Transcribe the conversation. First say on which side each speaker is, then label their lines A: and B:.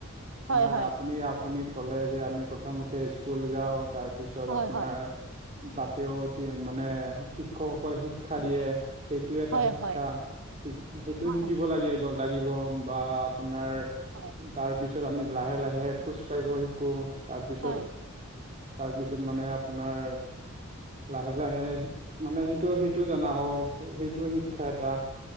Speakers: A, on the right; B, on the right.
A: আপোনাৰ
B: হয় হয়
A: আপুনি, আপুনি ক'লে যে আমি প্ৰথমতে স্কুল যাওঁ তাৰপিছত
B: হয়
A: আপোনাৰ
B: হয়
A: তাতেও মানে শিক্ষকসক, শিক্ষা দিয়ে সেইটোও এটা
B: হয়
A: শিক্ষা।
B: হয়
A: সেইটো
B: হয়
A: শিকিব লাগে লাগিব বা আপোনাৰ
B: হয় হয়
A: তাৰ পিছত তাৰপিছত আমি লাহে, লাহে খজকাঢ়িব শিকো। তাৰপিছত,
B: হয়
A: তাৰপিছত মানে আপোনাৰ লাহে, লাহে মানে সেইটো, সেইটো জনা হও সেইটো শিক্ষা এটা